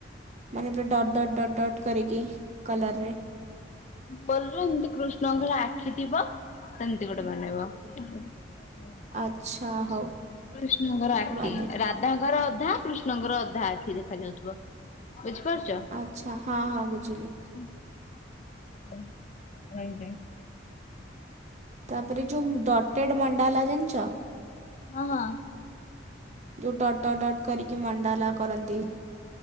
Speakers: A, on the right; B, on the left.
A: ମାନେ ପୁରା ଡଟ୍ ଡଟ୍ ଡଟ୍ ଡଟ୍ କରିକି କଲର ରେ
B: ବଲ ଏମିତି କୃଷ୍ଣ ଙ୍କର ଆଖି ଥିବ ସେମିତି ଗୋଟେ ବନେଇବ କୃଷ୍ଣଙ୍କ
A: ଆଚ୍ଛା ହଉ
B: ର ଆଖି
A: ବନେଇକି
B: ରାଧା
A: ଦେ
B: ର ଅଧା କୃଷ୍ଣଙ୍କର ଅଧା ଆଖି ଦେଖା ଯାଉଥିବ ବୁଝିପାରୁଛ
A: ଆଚ୍ଛା ହଁ ହଁ ବୁଝିଲି
B: ହୁଁ ହ ଆଁଞା
A: ତାପରେ ଯୋଉ ଡଟେଡ ମଣ୍ଡାଲା ଜାଣିିଛ
B: ହଁ ହଁ
A: ଯୋଉ ଟଡଟ ଟଡଟ କରିକି ମଣ୍ଡାଲା କରନ୍ତି